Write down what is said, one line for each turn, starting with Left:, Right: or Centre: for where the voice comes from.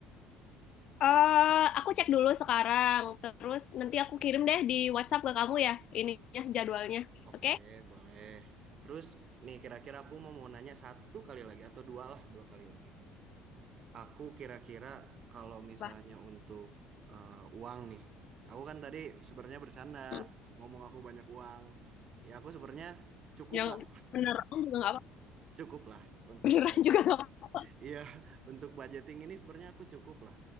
Left: Eh, aku cek dulu sekarang. Terus nanti aku kirim deh di WhatsApp ke kamu ya ininya jadwalnya.
Right: Oke,
Left: Oke?
Right: boleh. Terus nih kira-kira aku mau mau nanya satu kali lagi atau dua lah, dua kali lagi. Aku kira-kira kalau misalnya
Left: Bah,
Right: untuk eh, uang nih, aku kan tadi sebenarnya bercanda
Left: hmm,
Right: ngomong aku banyak uang. Ya aku sebenarnya cukup
Left: Yang
Right: lah,
Left: beneran juga nggak apa,
Right: cukup lah
Left: <laughs>
Right: untuk
Left: beneran
Right: budget.
Left: juga nggak apa.
Right: Iya, <laughs> untuk budgeting ini sebenarnya aku cukup lah.